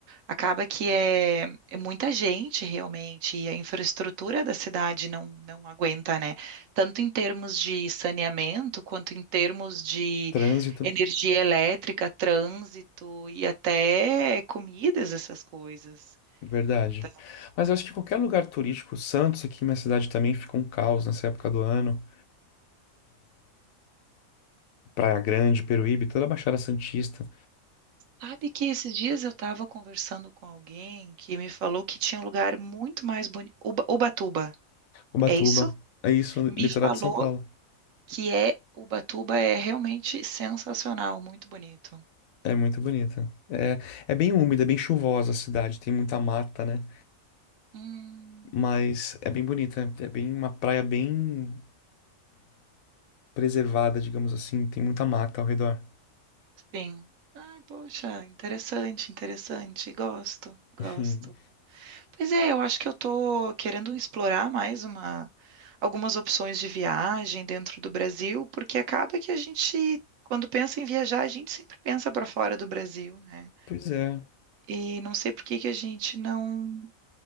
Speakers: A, on the right; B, on the left.
A: Acaba que é, é muita gente realmente, e a infraestrutura da cidade não, não aguenta, né? Tanto em termos de saneamento, quanto em termos de
B: Trânsito,
A: energia elétrica, trânsito e até comidas, essas coisas.
B: verdade.
A: Então,
B: Mas eu acho que qualquer lugar turístico, Santos, aqui minha cidade também fica um caos nessa época do ano. Praia Grande, Peruíbe, toda a Baixada Santista,
A: sabe que esses dias eu estava conversando com alguém que me falou que tinha um lugar muito mais bonito, Ubatuba,
B: Ubatuba.
A: é isso?
B: É isso,
A: Me
B: litoral
A: falou
B: de São Paulo.
A: que é Ubatuba é realmente sensacional, muito bonito.
B: É muito bonita. É, é bem úmida, é bem chuvosa a cidade, tem muita mata, né?
A: Hum,
B: Mas é bem bonita, é é bem uma praia bem preservada, digamos assim, tem muita mata ao redor. <laughs>
A: sim. Ai, poxa, interessante, interessante. Gosto, gosto.
B: Hum.
A: Pois é, eu acho que eu tô querendo explorar mais uma, algumas opções de viagem dentro do Brasil, porque acaba que a gente, quando pensa em viajar, a gente sempre pensa para fora do Brasil, né?
B: Pois é,
A: E não sei por que que a gente não,